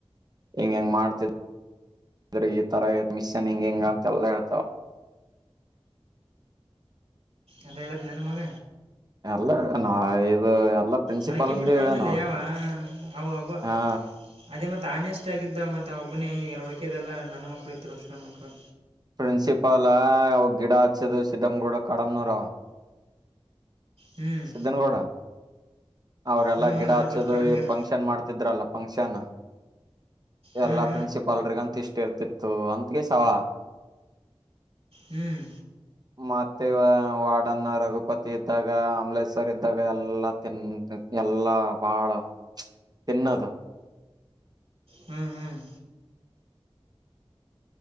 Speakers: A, on the right; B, on the right.
A: ಹಿಂಗ ಹೆಂಗ್ ಮಾಡ್ತಿದ್್ರ <unintelligible> ಈ ತರ ಇ ಮಿಶನ್ ಹಿಂಗ ಹಿಂಗ ಅಂತೆ ಎಲ್ಲಾ ಹೇಳ್ತಾವ
B: ಎಲ್ಲ ಹೇಳಿದ್ ಏನುಮಗ
A: ಅಲ್ಲ ನಾ ಇದು ಎಲ್ಲಾ ಪ್ರಿನ್ಸಿಪಾಲ್
B: ಅದಕಿ
A: ಅಂದ
B: ಬಿಟ್ಟು
A: ಹೇಳೇನವ
B: ಅಂದಲ್ಲಿ ಅವ ಅಬ್ಬ
A: ಹಾ
B: ಅದೇ ಮತ್ತೆ ತಾನೇ ಇಷ್ಟಗಿದ್ದ ಮತ್ತು ಒಬ್ಬನಿ ಎಲ್ಲ ಉಳಕೆದೆಲ್ಲ ನನ್ನ ಮಕ್ಕಳು ಇದ್ದರು ಹಸರ ಮಕ್ಕಳು
A: ಪ್ರಿನ್ಸಿಪಲ್ ಅವ ಗಿಡ ಹಚ್ಚದು ಸ್ಧಂ್ ಕೂಡ ಕಡಮ್ನೂರ
B: ಹ್ಮ್
A: ಸಿಿದ್ದನಗೌಡ ಅವ್ರಲ್ಲಾ
B: ಹ್ಮ್
A: ಗಿಡ
B: ಅದ
A: ಹಚ್ಚದು
B: ಗೊತ್ತು ಕಡಮಗಿರ
A: ಫಂಕ್ಷನ್ ಮಾಡ್ತಿದ್ರಲ್ಲ ಫಂಕ್ಷನ್
B: ಹ್ಮ್
A: ಎಲ್ಲಾ ಪ್ರಿನ್ಸಿಪಾಲ್ರಿಗಂತ ಇಷ್ಟ ಇರ್ತಿತ್ತು ಅಂತಗೆ ಸವಾ
B: ಹ್ಮ್ ಹ್ಮ್
A: ಮತ್ ಮತ್ತ ವಾಡನ್ನ ರಘುಪತಿ ಇದ್ದಾಗ ಕಮಲೇಶ್ವರ್ ಇದ್ದಾಗ ಎಲ್ಲಾ ತಿನ್ ಎಲ್ಲಾ ಬಾಳ ತಿನ್ನದು
B: ಹ್ಮ್ ಹ್ಮ್